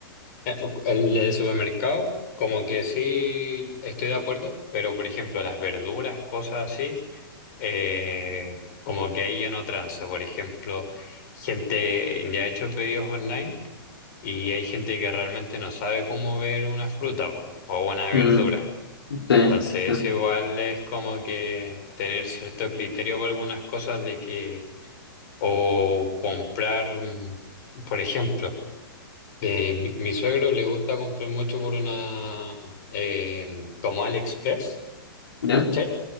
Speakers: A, on the left; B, on the left.
A: Eh, El del supermercado, como que sí estoy de acuerdo, pero por ejemplo las verduras, cosas así, eh, como que ahí yo no transo. Por ejemplo, gente ya ha hecho pedidos online y hay gente que realmente no sabe cómo ver una fruta po, o una verdura.
B: Mm, sí,
A: Entonces
B: sí,
A: eso igual es como que tener cierto criterio con algunas cosas de que o comprar, mm, por ejemplo. Eh, mi, mi suegro le gusta comprar mucho por una eh, como AliExpress,
B: ¿ya?
A: ¿cachai?